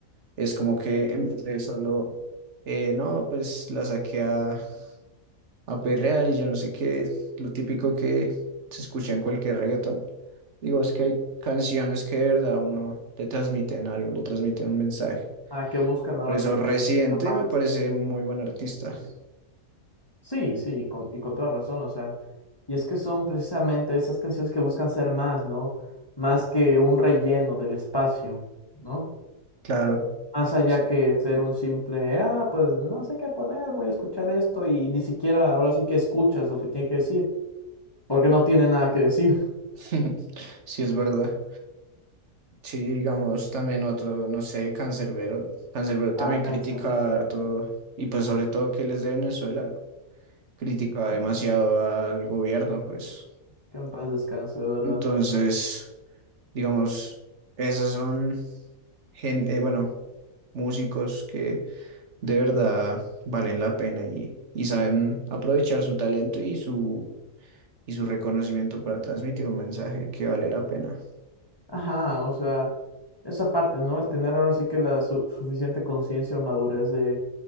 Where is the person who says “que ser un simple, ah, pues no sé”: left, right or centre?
Left